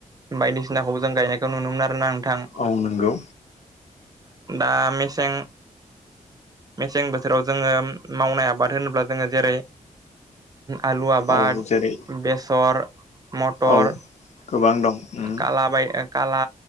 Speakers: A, on the right (about 25°); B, on the left (about 55°).
A: बायदिसिनाखौ जों गायनायखौ नुनो मोन आरोना नोंथां
B: आं नंगौ
A: दा मेसें मेसें बोथोराव जोङो मावनाय आबाद होनोब्ला जोङो जेरै आलु आबाद
B: औ जेरै
A: बेसर मटर
B: औ गोबां दं उम
A: खाला बाय खाला